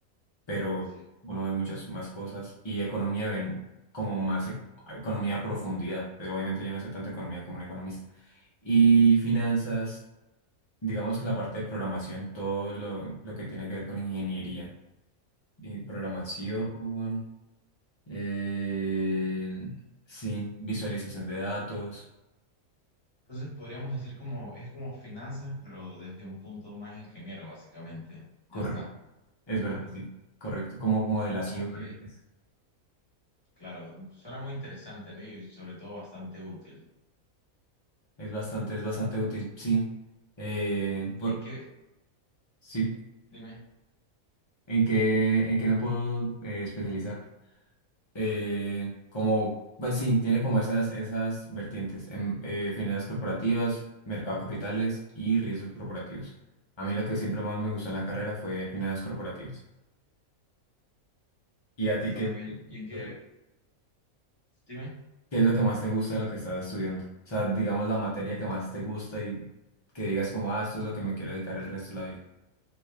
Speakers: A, on the left; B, on the left.
A: pero
B: sí.
A: uno ve muchas más cosas y economía ven como más e- economía a profundidad, pero obviamente yo no sé tanto economía como un economista. Y finanzas, digamos que la parte de programación, todo lo, lo que tiene que ver con ingeniería y programación, eh, sí, visualización de datos,
B: Entonces podríamos decir como es como finanzas, pero desde un punto más ingeniero, básicamente.
A: correcto,
B: Ya está,
A: es
B: ¿no?
A: verdad, sí, correcto, como modelaciones,
B: Ok, claro, suena muy interesante, ¿no? Y sobre todo bastante útil.
A: es bastante, es bastante útil, sí. Eh,
B: ¿Y
A: por,
B: en qué?
A: sí,
B: Dime,
A: ¿En qué, en qué me puedo eh, especializar? Eh, como, pues sí, tiene como esas, esas vertientes, en, eh, finanzas corporativas, mercado de capitales y riesgos corporativos. A mí lo que siempre más me gustó en la carrera fue finanzas corporativas. ¿Y a ti
B: está
A: qué,
B: muy
A: es lo
B: bien. ¿Y en qué?
A: que-
B: Dime.
A: qué es lo que más te gusta de lo que estás estudiando? O sea, digamos la materia que más te gusta y que digas como, ah, esto es lo que me quiero dedicar el resto de la vida.